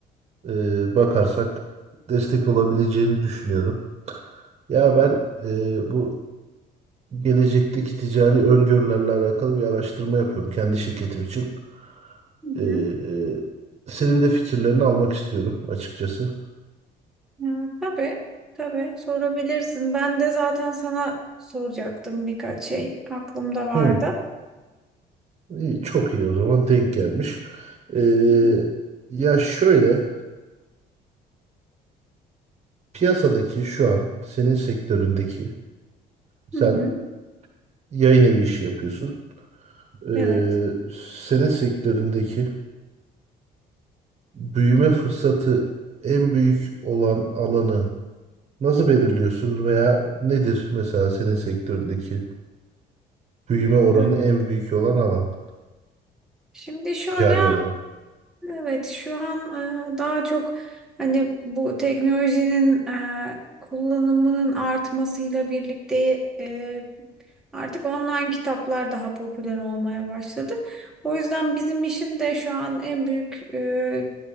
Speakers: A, on the right; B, in the centre.
A: e, bakarsak destek olabileceğini düşünüyorum. Ya ben e, bu gelecekteki ticari öngörülerle alakalı bir araştırma yapıyorum kendi şirketim için.
B: Hı hı.
A: Ee, e, senin de fikirlerini almak istiyorum açıkçası.
B: Ya, tabii, tabii sorabilirsin. Ben de zaten sana soracaktım birkaç şey aklımda vardı.
A: Hı. İyi, çok iyi o zaman denk gelmiş. Ee,
B: Hı hı.
A: ya şöyle piyasadaki şu an senin sektöründeki sen
B: Hı hı.
A: yayın evi işi yapıyorsun. Ee,
B: Evet.
A: senin sektöründeki büyüme fırsatı en büyük olan alanı nasıl belirliyorsun veya nedir mesela senin sektöründeki büyüme oranı
B: Ee,
A: en büyük olan alan
B: Şimdi şöyle
A: ticari olarak?
B: Evet, şu an e, daha çok hani bu teknolojinin e, kullanımının artmasıyla birlikte e, artık online kitaplar daha popüler olmaya başladı. O yüzden bizim işin de şu an en büyük e,